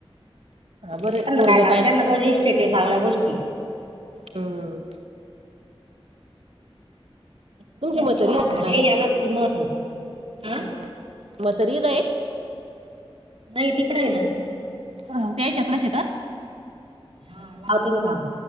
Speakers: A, on the right; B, on the right.
A: हा बरं
B: त्यांना
A: पोरग
B: काय करा, त्यांना गज इस्टेट हे सगळ्या गोष्टीय.
A: अं तुमची
B: त्या
A: म्हातारी
B: पोरं
A: येशील
B: झाले
A: कायवं,,
B: यालाच महत्व हा
A: हाव म्हातारी इथं हाय?
B: नाही तिकडं आहे ना.
A: त्यांच्याकडेच आहेता
B: हा लावते मी थांब.